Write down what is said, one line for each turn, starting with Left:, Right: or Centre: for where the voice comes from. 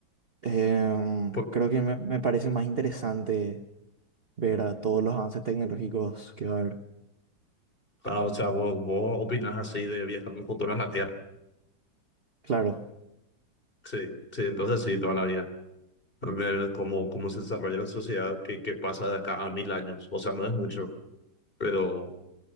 Right: Em,
Left: Por-
Right: creo que me, me parece más interesante ver a todos los avances tecnológicos que va a haber.
Left: ah, o sea, vos, vos opinas así de viajar al futuro en la Tierra.
Right: Claro,
Left: Sí, sí, entonces sí, toda la vida. Ver cómo, cómo se desarrolla la sociedad, qué, qué pasa de acá a mil años. O sea, no es mucho, pero